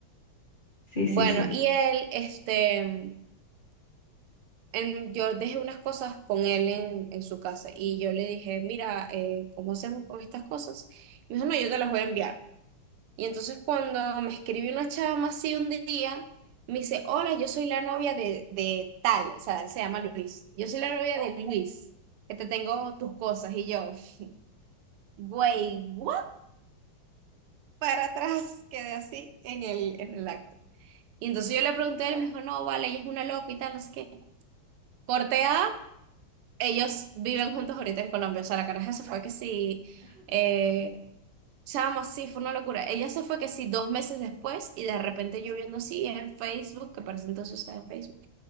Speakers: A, on the left (about 25°); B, on the right (about 85°).
A: Sí,
B: Bueno,
A: sí, sí.
B: y él, este, mm, en- yo dejé unas cosas con él en, en su casa y yo le dije, mira, eh, ¿cómo hacemos con estas cosas? Me dijo, no, yo te las voy a enviar. Y entonces cuando me escribió una chama así un día, me dice, hola, yo soy la novia de, de tal, o sea, se llama Luis. Yo soy la novia de Luis, que te tengo tus cosas. Y yo, <laughs> güey, ¿what? Para atrás, quedé así en el, en el acto. Y entonces yo le pregunté a él, me dijo, no, vale, ella es una loca y tal, no sé qué. Corte A, ellos viven juntos ahorita en Colombia. O sea, la caraja se fue que sí, eh, chama, sí, fue una locura. Ella se fue que sí dos meses después y de repente yo viendo así en Facebook, que parece entonces usaba Facebook,